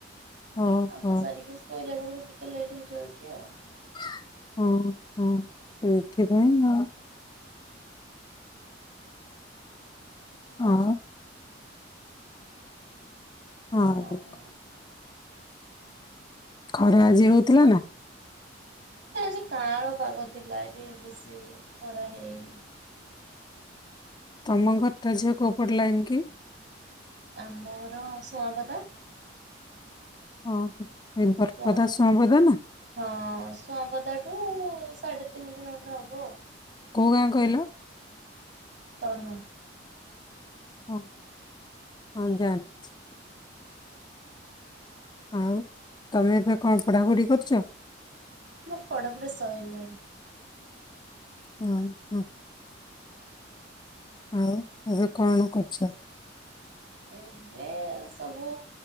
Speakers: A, on the left; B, on the right.
A: ଓହୋ।
B: କାମ ସାରିକି ଶୋଇଲା ବେଳକୁ ଟିକେ ଲେଟ୍ ହେଇଯାଉଛି ଆଉ।
A: <unintelligible> ଆଉ। <unintelligible>
B: ଆଉ
A: ଖରା ଆଜି ହୋଉଥିଲା ନା?
B: ଆଜି କାଆଁଳ ପାଗ ଥିଲା। ଆଜି ବେଶୀ ଖରା ହେଇନି।
A: ତମ ଘର ଟା ଝିଅ କୋଉ ପଟ ଲାଇନ୍ କି?
B: ଆମ ଘର ସୁଆଁପଦା।
A: ଓହୋ ଏଇ ବରପଦା
B: ସୁଆଁ
A: ସୁଆଁପଦା ନା?
B: ହଁ ସୁଆଁପଦାଠୁ ସାଢ଼େ ତିନି କିଲୋମିଟର ହବ ଆଉ।
A: କୋଉ ଗାଁ କହିଲ?
B: ତରୁହାଁ।
A: ହଁ ହଁ ଜାଣିଛି। ଆଉ ତମେ ଏବେ କଣ ପଢାପଢି କରୁଛ?
B: ମୋର ପଢାପଢି ସଇଲାଣି।
A: ହୁଁ ହୁଁ। ଆଉ ଏବେ କଣ କରୁଛ?
B: ଏବେ ସବୁ